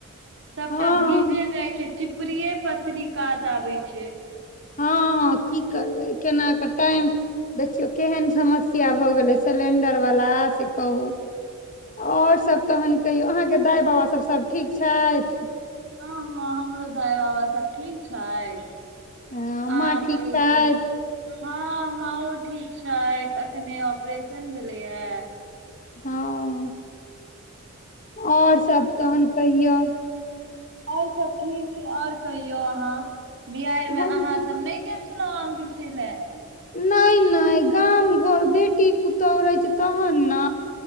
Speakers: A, on the right (about 55°); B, on the left (about 35°).
A: सभटा
B: हँ
A: भीजे जाइ छै चिपरीए पथरी काज आबै छै
B: हँ हँ की करबै केना कऽ टाइम देखियौ केहन समस्या भऽ गेलै सिलेंडर बला से कहू आओर सभ तहन कहियौ अहाँके दाइ बाबासभ सभ ठीक छथि
A: हँ हँ हमरो दाइ बाबा सब ठीक छथि
B: अ
A: आम
B: माँ ठीक
A: रोटी
B: छथि
A: हँ माँओ ठीक छाइथ अखने ऑपरेशन भेलैया
B: हँ आओर सब तहन कहियौ
A: आओर सब ठीक छै आओर कहियौ अहाँ बिहारिमे
B: हम
A: अहाँ सब नहि गेल आम बीछय लै
B: नहि नहि गाम घर बेटी पुतोहु रहै छै तहन न